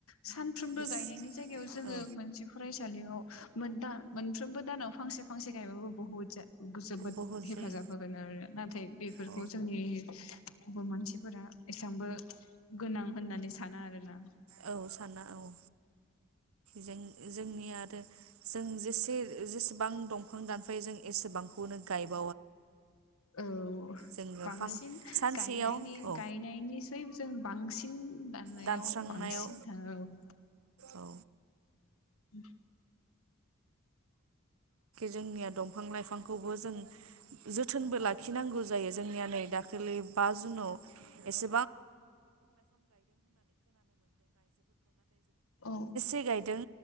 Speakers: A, on the left (about 75°); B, on the right (about 75°).
A: सानफ्रोमबो
B: बेसे
A: गायनायनि जायगायाव जोङो
B: औ
A: मोनसे फरायसालियाव मोन दा मोनफ्रोमबो दानाव फांसे-फांसे गायबाबो बहुत जा जोबोद
B: बहुद
A: हेफाजाब
B: जायो
A: होगोन आरो नाथाय बेफोरखौ
B: औ
A: जोंनि गुबुन मानसिफोरा एसांबो गोनां होननानै साना आरोना।
B: औ साना औ जोंनि जोंनि आरो जों जेसे जेसेबां दंफां दानफायो जों एसेबांखौनो गायब
A: औ
B: जोङो
A: बांसिन
B: फां सानसेयाव
A: गायनायनि
B: औ
A: गायनायनिसै जों बांसिन सिन दाननायाव
B: दानस्रांनायाव
A: बांसिन थाङो औ।
B: औ
A: होम
B: जोंनिया दंफां-लाइफांखौबो जों जोथोनबो लाखिनांगौ जायो जोंनिया नै दाखालि लै बा जुनाव एसे
A: औ
B: गोबां